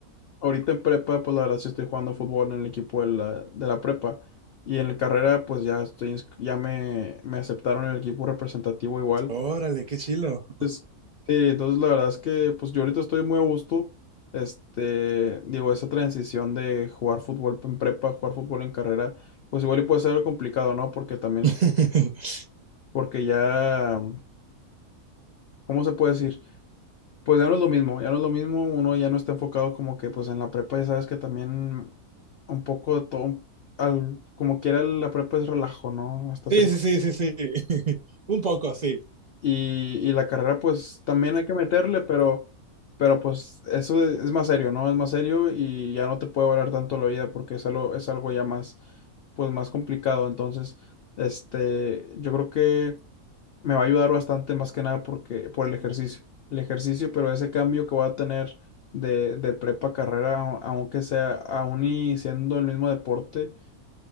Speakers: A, on the left; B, on the right.
A: Ahorita en prepa, pues la verdad sí estoy jugando fútbol en el equipo de la, de la prepa. Y en la carrera, pues ya estoy, ins- ya me, me aceptaron en el equipo representativo igual.
B: órale, qué chilo.
A: Entonces, sí, entonces la verdad es que pues yo ahorita estoy muy a gusto. Este, digo, esa transición de jugar fútbol en prepa, jugar fútbol en carrera, pues igual y puede ser algo complicado, ¿no? Porque también
B: <laughs>
A: es, porque ya, ¿cómo se puede decir? Pues ya no es lo mismo, ya no es lo mismo, uno ya no está enfocado como que pues en la prepa, ya sabes que también un poco de todo, al, como quiera la prepa es relajo, ¿no? Hasta cierto.
B: Sí, sí, sí, sí, sí. <laughs> Un poco, sí.
A: Y, y la carrera pues también hay que meterle, pero, pero pues eso es, es más serio, ¿no? Es más serio y ya no te puede valer tanto la vida porque es algo, es algo ya más, pues más complicado. Entonces, este, yo creo que me va a ayudar bastante más que nada porque, por el ejercicio. El ejercicio, pero ese cambio que voy a tener de, de prepa a carrera, au- aunque sea aún y siendo el mismo deporte,